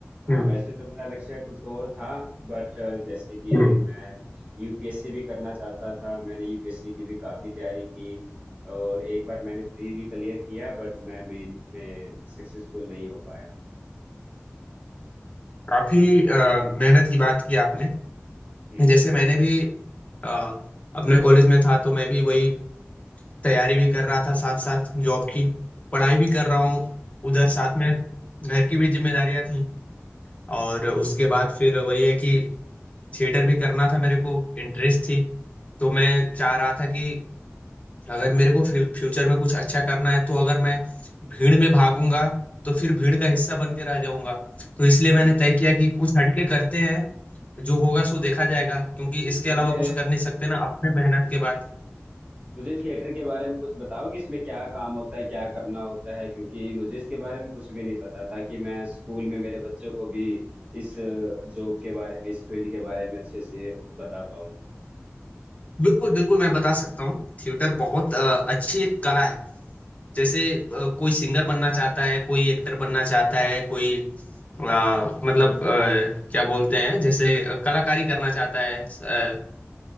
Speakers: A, on the right (about 30°); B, on the left (about 30°).
A: हाँ
B: हम्म
A: वैसे तो मेरा लक्ष्य कुछ और था बट जैसे कि
B: हम्म,
A: मैं यूपीएससी भी करना चाहता था मैंने यूपीएससी की भी काफ़ी तैयारी की और एक बार मैंने प्री भी क्लियर किया बट मैं मेंस में सक्सेसफुल नहीं हो पाया
B: काफी अ, मेहनत की बात की आपने
A: हम्म
B: जैसे
A: हम्म।
B: मैंने भी अ, अपने कॉलेज में था तो मैं भी वही तैयारी भी कर रहा था साथ साथ जॉब की पढ़ाई भी कर रहा हूँ उधर साथ में घर की भी जिम्मेदारियां थी और उसके बाद फिर वही है कि थिएटर भी करना था मेरे को इंटरेस्ट थी तो मैं चाह रहा था कि अगर मेरे को फ्यूचर में कुछ अच्छा करना है तो अगर मैं भीड़ में भागूंगा तो फिर भीड़ का हिस्सा बन के रह जाऊंगा तो इसलिए मैंने
A: तो
B: तय किया कि कुछ हटके करते हैं जो होगा सो देखा जाएगा क्योंकि इसके
A: मुझे
B: अलावा कुछ कर नहीं सकते ना अपने मेहनत के बाद
A: मुझे थिएटर के बारे में कुछ बताओगे इसमें क्या काम होता है क्या करना होता है क्योंकि मुझे इसके बारे में कुछ भी नहीं पता ताकि मैं स्कूल में मेरे बच्चों को भी इस जॉब के बारे में इस फील्ड के बारे में अच्छे से बता पाऊँ
B: बिल्कुल बिल्कुल मैं बता सकता हूँ थिएटर बहुत अ, अच्छी एक कला है जैसे अ, कोई सिंगर बनना चाहता है कोई एक्टर बनना चाहता है कोई अ, मतलब अ, क्या बोलते हैं जैसे अ, कलाकारी करना चाहता है